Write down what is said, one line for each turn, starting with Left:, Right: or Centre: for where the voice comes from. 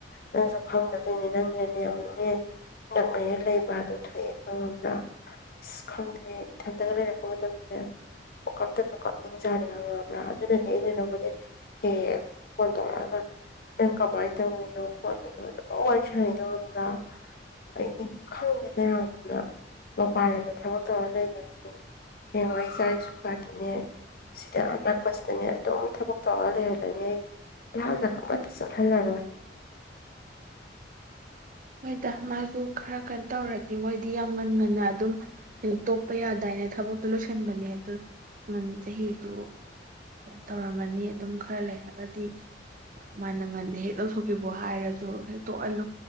Left: ꯅꯪꯁꯨ ꯈꯪꯗꯗꯣꯏꯅꯦ ꯅꯪꯅꯅꯦ ꯑꯃꯨꯛꯅꯦ ꯅꯛꯅꯍꯦ ꯂꯩꯕ꯭ꯔꯥ ꯑꯗꯨꯣ ꯊꯣꯛꯑꯦ ꯈꯪꯉꯕ꯭ꯔꯥ ꯑꯁ ꯈꯪꯗꯦ ꯏꯊꯟꯇꯒ ꯂꯩꯔꯛꯄ ꯃꯇꯝꯗꯅꯦ ꯄꯀꯝꯇ ꯀꯞꯅꯤꯡꯖꯥꯅꯤ ꯈꯪꯉꯕ꯭ꯔꯥ ꯑꯗꯨꯅꯅꯦ ꯑꯩꯅ ꯅꯪꯉꯣꯟ ꯍꯦ ꯐꯣꯟ ꯇꯧꯔꯛꯑꯒ ꯅꯪ ꯀꯃꯥꯏꯅ ꯇꯧꯔꯤꯅꯣ ꯈꯣꯠꯂꯤꯅꯣ ꯑꯗꯨꯝ ꯋꯥꯔꯤ ꯁꯥꯟꯅꯩꯗꯣ <unintelligible> ꯑꯩꯒꯤ ꯈꯪꯗꯦꯗ ꯌꯥꯝꯅ ꯃꯄꯥꯟꯂꯝꯗ ꯊꯕꯛ ꯇꯧꯔ ꯂꯩꯒꯤꯕꯁꯦ ꯍꯌꯦꯡꯋꯥꯏ ꯏꯆꯥ ꯏꯁꯨ ꯀꯥꯇꯤꯅꯦ ꯁꯤꯗ ꯑꯅꯛꯄꯁꯤꯗꯅꯦ ꯑꯗꯨꯝ ꯊꯕꯛ ꯇꯧꯔ <unintelligible> ꯂꯥꯞꯅꯒ ꯑꯃꯠꯇ ꯆꯠꯍꯜꯂꯔꯣꯏ
Right: ꯍꯣꯏꯗ ꯃꯥꯁꯨ ꯈꯔ ꯀꯩꯅꯣ ꯇꯧꯔꯗꯤ ꯃꯣꯏꯗꯤ ꯌꯥꯝ ꯉꯟꯅ ꯉꯟꯅ ꯑꯗꯨꯝ ꯍ ꯇꯣꯛꯄ ꯌꯥꯗꯥꯏꯅ ꯊꯕꯛꯇꯨ ꯂꯣꯏꯁꯤꯟꯕꯅꯦ ꯑꯗꯨ ꯉ ꯆꯍꯤꯗꯨ ꯇꯧꯔꯝꯃꯅꯤ ꯑꯗꯨꯝ ꯈꯔ ꯂꯩꯔꯒꯗꯤ ꯃꯥꯅ ꯉꯟꯅ ꯍꯦꯛ ꯂꯧꯊꯣꯛꯈꯤꯕꯣ ꯍꯥꯏꯔꯁꯨ ꯍꯦꯛ ꯇꯣꯛꯍꯜꯂꯨ